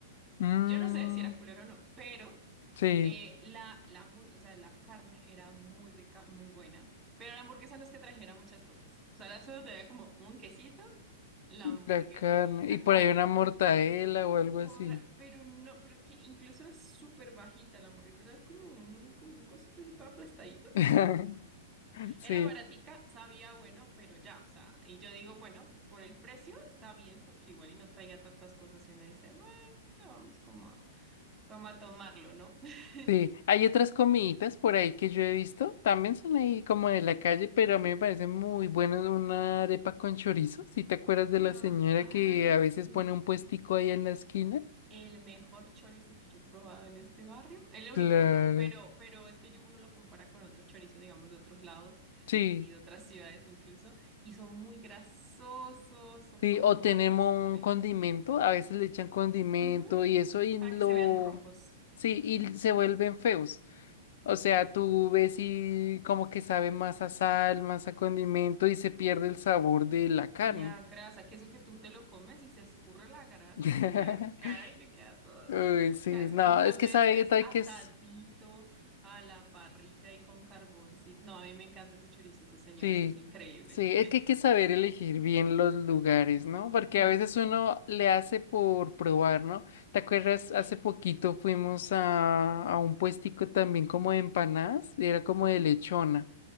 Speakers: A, on the left (about 60°); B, on the right (about 15°).
A: Mm,
B: Yo no sé si era culero o no, pero
A: sí,
B: eh, la, la hamburguesa, o sea, la carne era muy rica, muy buena, pero la hamburguesa no es que trajera muchas cosas. O sea, la solo te como un quesito, la hamburgue,
A: la carne.
B: el- la
A: Y por
B: carne,
A: ahí una mortadela o algo
B: por,
A: así.
B: pero no, pero es que incluso era súper bajita la hamburguesa, era como un, como un cosito así todo aplastadito.
A: <laughs> Sí.
B: Era baratica, sabía bueno, pero ya, o sea, y yo digo, bueno, por el precio está bien, porque igual y no traía tantas cosas y uno dice, bueno, vamos como a, como a tomarlo, ¿no? <laughs>
A: Sí, hay otras comiditas por ahí que yo he visto, también son ahí como de la calle, pero a mí me parece muy buena una arepa con chorizo, si te acuerdas de
B: Ajá,
A: la señora
B: Ay,
A: que
B: sí,
A: a veces pone un puestico ahí en la esquina.
B: el mejor chorizo que yo he probado en este barrio, el único,
A: Claro,
B: ¿no? Pero, pero es que yo- uno lo compara con otros chorizos, digamos, de otros lados
A: sí,
B: y de otras <laughs> ciudades incluso, y son muy grasosos, son
A: sí,
B: como,
A: o tenemos
B: yo no sé,
A: un
B: horribles.
A: condimento, a veces le echan condimento
B: Ujú,
A: y eso y
B: Para
A: lo,
B: que se vean rojos.
A: sí, y se vuelven feos. O sea, tú ves y como que sabe más a sal, más a condimento y se pierde el sabor de la carne.
B: Ya, grasa, que eso que tú te lo comes y se escurre la grasa
A: <laughs>
B: por la cara y le queda todo.
A: Uy,
B: Ay, no,
A: sí,
B: qué asco.
A: no,
B: En cambio,
A: es que
B: este
A: sabe
B: es
A: que hay
B: asadito
A: que, s-
B: a la parrilla y con carboncito. No, a mí me encanta ese chorizo, esa señora,
A: sí,
B: es así increíble.
A: sí, es
B: <laughs>
A: que hay que saber elegir bien los lugares, ¿no? Porque
B: Mm,
A: a veces uno le hace por probar, ¿no? ¿Te acuerdas? Hace
B: sí.
A: poquito fuimos a, a un puestico también como de empanadas, y era como de lechona.